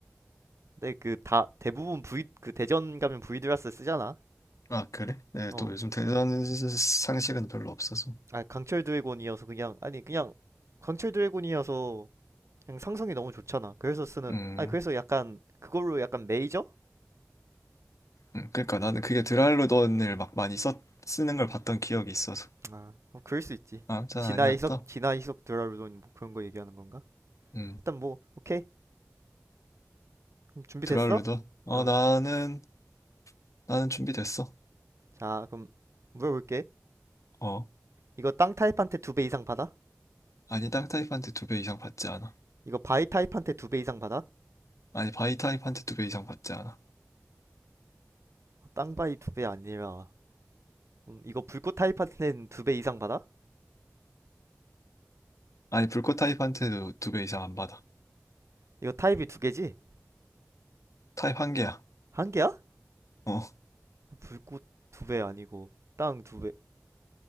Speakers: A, on the right; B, on the left.
A: 근데 그 다 대부분 V 그 대전 가면 이 드라스 쓰잖아
B: 아 그래? 네,
A: 어
B: 또 요즘 대단한 상식은 별로 없어서.
A: 아 강철 드래곤이어서 그냥 아니 그냥 강철 드래곤이어서 그냥 상성이 너무 좋잖아. 그래서 쓰는
B: 음,
A: 아니 그래서 약간 그걸로 약간 메이저?
B: 음, 그러니까 나는 그게 드랄루돈을 막 많이 써 쓰는 걸 봤던 기억이 있어서.
A: 아 뭐 그럴 수 있지.
B: 아, 전
A: 진화
B: 아니었다.
A: 이석 진화 이석 드라르돈 뭐 그런 거 얘기하는 건가?
B: 음,
A: 일단 뭐 오케이 그럼 준비됐어?
B: 드랄루돈. 어,
A: 어
B: 나는 나는 준비됐어.
A: 자 그럼 물어볼게.
B: 어,
A: 이거 땅 타입한테 두 배 이상 받아?
B: 아니 땅 타입한테 두 배 이상 받지 않아.
A: 이거 바위 타입한테 두 배 이상 받아? 어,
B: 아니 바위 타입한테 두 배 이상 받지 않아.
A: 땅 바위 두 배 아니라 음, 이거 불꽃 타입한테는 두 배 이상 받아?
B: 아니 불꽃 타입한테도 두 배 이상 안 받아.
A: 이거 타입이 두 개지?
B: 타입 한 개야.
A: 한 개야?
B: 어,
A: 불꽃 두 배 아니고 땅 두 배.